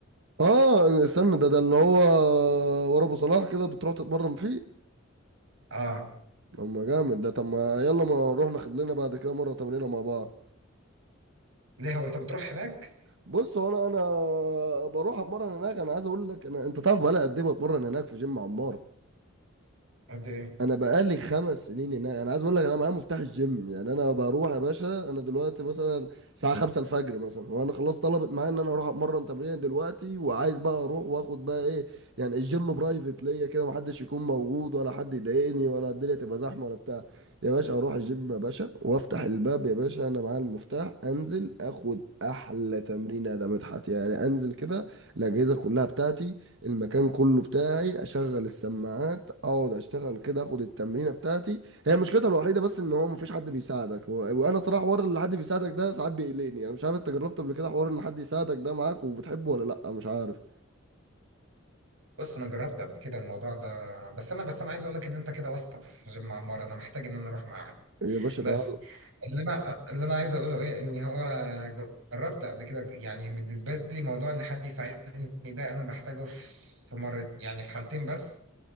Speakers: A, on the right; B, on the right.
A: اه استنى ده ده اللي هو ورا ابو صلاح كده بتروح تتمرن فيه
B: اه
A: اما جامد ده طب ما يلا ما نروح ناخد لنا بعد كده مره تمرينه مع بعض
B: ليه هو انت بتروح هناك
A: بص هو انا انا بروح اتمرن هناك انا عايز اقول لك انا انت تعرف بقى قد ايه بتمرن هناك في جيم عمار
B: قد ايه
A: انا بقالي خمس سنين هناك انا عايز اقول لك انا معايا مفتاح الجيم يعني انا بروح يا باشا انا دلوقتي مثلا الساعه 5 الفجر مثلا وانا خلاص طلبت معايا ان انا اروح اتمرن تمرين دلوقتي وعايز بقى اروح واخد بقى ايه يعني الجيم برايفت ليا كده محدش يكون موجود ولا حد يضايقني ولا الدنيا تبقى زحمه ولا بتاع يا باشا اروح الجيم يا باشا وافتح الباب يا باشا انا معايا المفتاح انزل اخد احلى تمرين يا ده مدحت يعني انزل كده الاجهزه كلها بتاعتي المكان كله بتاعي اشغل السماعات اقعد اشتغل كده اخد التمرينه بتاعتي هي مشكلتها الوحيده بس ان هو مفيش حد بيساعدك و... وانا صراحه حوار اللي حد بيساعدك ده ساعات بيقلقني انا مش عارف انت جربت قبل كده حوار ان حد يساعدك ده معاك وبتحبه ولا لا مش عارف
B: بص انا جربت قبل كده الموضوع ده بس انا بس انا عايز اقول لك ان انت كده واسطه في جيم عمار انا محتاج ان انا اروح معاك
A: يا باشا
B: بس
A: تعال
B: اللي انا اللي انا عايز اقوله ايه ان هو جربت قبل كده يعني بالنسبه لي موضوع ان حد يساعدني ده انا بحتاجه في في مرة يعني في حالتين بس